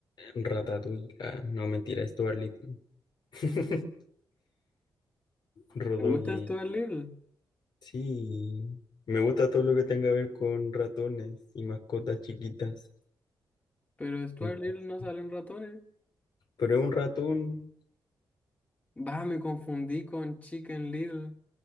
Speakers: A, on the left; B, on the left.
A: Ratatouille. ah, no, mentira, Stuart Little. <laughs> Rodogi.
B: Me gusta Stuart Little,
A: Sí, me gusta todo lo que tenga que ver con ratones y mascotas chiquitas.
B: pero Stuart
A: Mi- casa.
B: Little no salen ratones.
A: Pero es un ratón,
B: Va, me confundí con Chicken Little.